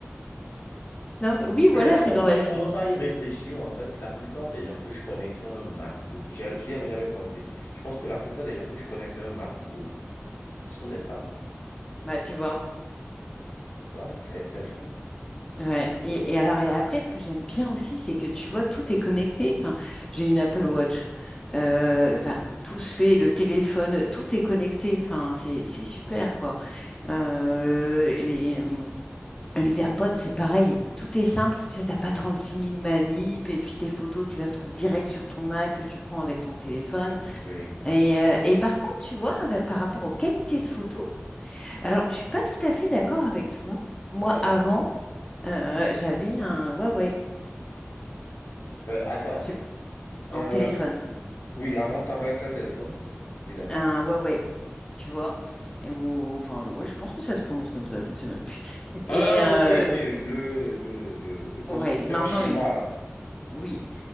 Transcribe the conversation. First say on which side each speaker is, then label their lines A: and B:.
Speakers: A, on the left (about 20°); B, on the left (about 90°).
A: Non, mais oui,
B: Ben,
A: voilà,
B: attends,
A: c'est dans
B: quand
A: la
B: je
A: fille.
B: commence à y réfléchir, en fait, la plupart des gens que je connais qui ont un MacBook, j'y j'y avais jamais pensé. Je pense que la plupart des gens que je connais qui ont un MacBook sont des femmes.
A: Bah, tu vois.
B: Ouais, c'est, c'est fou.
A: Ouais. Et, et alors et après, ce que j'aime bien aussi, c'est que tu vois, tout est connecté. Enfin, j'ai une Apple Watch. Euh, enfin, tout se fait, le téléphone, tout est connecté. Enfin, c'est c'est super quoi. Euh, les, euh, les AirPods, c'est pareil. Tout est simple. Tu sais, t'as pas six mille manips et puis tes photos, tu les retrouves direct sur ton Mac que tu prends avec ton téléphone.
B: Oui.
A: Et, euh, et par contre, tu vois, avec- par rapport aux qualités de photos, alors je suis pas tout à fait d'accord avec toi. Moi,
B: Ah bon.
A: avant. Euh, j'avais un Huawei.
B: Ben, attends.
A: j'ai
B: Euh,
A: un téléphone,
B: oui, avant, t'avais quel téléphone? Dis d'abord.
A: un Huawei, tu vois. Et ou, enfin, je- ouais, je pense que ça se prononce comme ça, je ne sais même plus. Et
B: Ah,
A: euh,
B: ok, oui, oui. Le, le, le, le constructeur
A: ouais, maintenant,
B: chinois,
A: oui.
B: là.
A: oui.